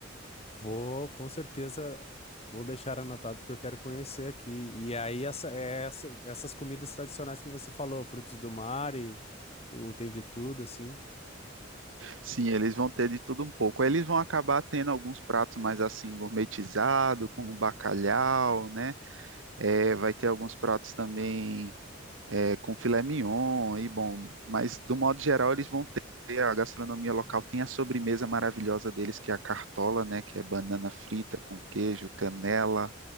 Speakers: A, on the left; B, on the right.
A: vou, com certeza, vou deixar anotado que eu quero conhecer aqui. E aí, essa, é essa, essas comidas tradicionais que você falou, frutos do mar e o tem de tudo, assim.
B: Sim, eles vão ter de tudo um pouco. Aí Eles vão acabar tendo alguns pratos mais assim gourmetizados, como bacalhau, né? É, vai ter alguns pratos também é, com filé mignon e bom, mas do modo geral eles vão ter a gastronomia local tem a sobremesa maravilhosa deles que é a cartola, né, que é banana frita com queijo, canela,